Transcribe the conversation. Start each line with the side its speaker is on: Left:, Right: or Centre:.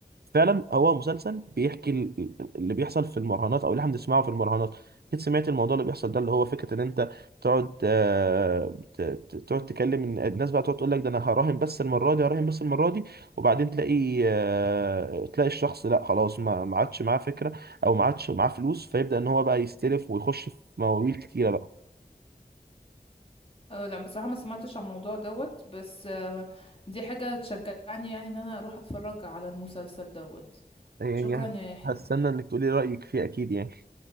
Right: فعلا هو مسلسل بيحكي ال- اللي بيحصل في المراهنات او اللي احنا بنسمعه في المراهنات اكيد سمعت الموضوع اللي بيحصل ده اللي هو فكره ان انت تقعد آه، ت- ت- تقعد تكلم إن- الناس بقى تقعد تقول لك ده انا هراهن بس المره دي هراهن بس المره دي وبعدين تلاقي آه، تلاقي الشخص لا خلاص ما ما عادش معاه فكره او ما عادش معاه فلوس فيبدا ان هو بقى يستلف ويخش في مواويل كتيره بقى
Left: أه لا بصراحه ما سمعتش عن الموضوع دوت بس آه، دي حاجه تشجعني يعني ان انا اروح اتفرج على المسلسل دوت
Right: يعني
Left: شكرا يا يحيى
Right: هستنى انك تقولي رايك فيه اكيد يعني